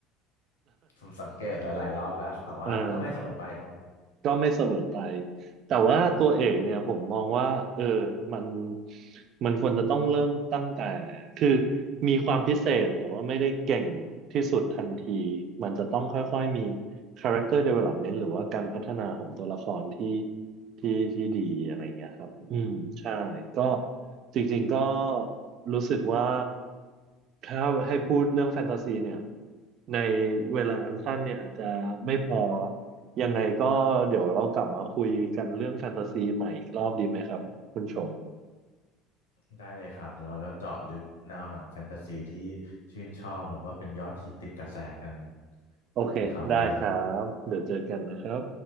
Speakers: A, on the left (about 70°); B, on the right (about 45°).
A: ผมสังเกตหลายๆรอบแล้วแต่ว่าก็ไม่เสมอไปเนาะ
B: <laughs> เออ ก็ไม่เสมอไป แต่ว่าตัวเอกเนี่ยผมมองว่าเออมันมันควรจะต้องเริ่มตั้งแต่คือ มีความพิเศษแต่ว่าไม่ได้เก่งที่สุดทันทีมันจะต้องค่อยๆมี character development หรือว่าการพัฒนาของตัวละครที่ที่ที่ดีอะไรเงี้ยครับอืมใช่ก็จริงๆก็รู้สึกว่าถ้าให้พูดเรื่องแฟนตาซีเนี่ยในเวลาอันสั้นเนี่ยอาจจะไม่พอ ยังไงก็เดี๋ยวเรากลับมาคุยกันเรื่องแฟนตาซีใหม่อีกรอบดีไหมครับคุณชง
A: ได้เลยครับเดี๋ยวเราจะเจาะลึกแนวหนังแฟนตาซีที่ชื่นชอบแล้วก็เป็นยอดฮิตติดกระแสกัน
B: โอเค
A: ในคราวหน้าครับ
B: ได้ครับ เดี๋ยวเจอกันนะครับ